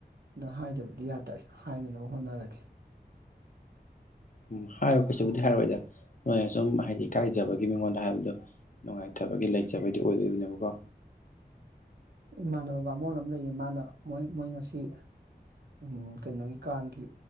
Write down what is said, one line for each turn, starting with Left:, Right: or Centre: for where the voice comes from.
Right: ꯑ ꯍꯥꯏꯗꯕ ꯌꯥꯗ ꯍꯥꯏꯅꯅꯕ ꯍꯣꯠꯅꯔꯒꯦ
Left: ꯎꯝ ꯍꯥꯏꯌꯣ ꯀꯩꯁꯤꯕꯨꯗꯤ ꯍꯥꯏꯔꯣꯏꯗ ꯅꯣꯏꯅ ꯁꯨꯝ ꯍꯥꯏꯗꯤ ꯀꯥꯏꯖꯕꯒꯤ ꯃꯤꯉꯣꯟꯗ ꯍꯥꯏꯕꯗꯣ ꯅꯨꯡꯉꯥꯏꯇꯕꯒꯤ ꯂꯩꯖꯕꯩꯗꯤ ꯑꯣꯏꯗꯣꯏꯅꯦꯕꯀꯣ
Right: ꯏꯃꯥꯟꯅꯕ ꯕꯥꯃ‌ꯣꯟ ꯑꯃ ꯂꯩꯌꯦ ꯃꯥꯅ ꯃꯣꯏ ꯃꯣꯏ ꯉꯁꯤ ꯎꯝ ꯀꯩꯅꯣꯒꯤ ꯀꯥꯡꯒꯤ